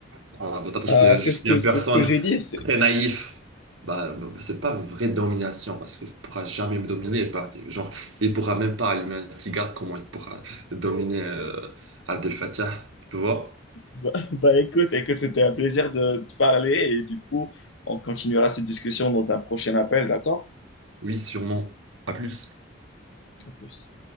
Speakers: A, on the right (about 80°); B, on the left (about 70°).
A: Prendre avantage parce
B: Ah,
A: qu'il y a
B: c'est
A: juste
B: ce que
A: une
B: c'est
A: personne
B: ce que j'ai dit. C'est-
A: très naïf, bah, c'est pas une vraie domination parce qu'il pourra jamais me dominer. Par, genre, il pourra même pas allumer un cigare, comment il pourra dominer euh, Abdel Fattah, tu vois?
B: Bah, <laughs> bah, écoute, écoute, c'était un plaisir de te parler et du coup, on continuera cette discussion dans un prochain appel, d'accord?
A: Oui, sûrement. À plus.
B: À plus.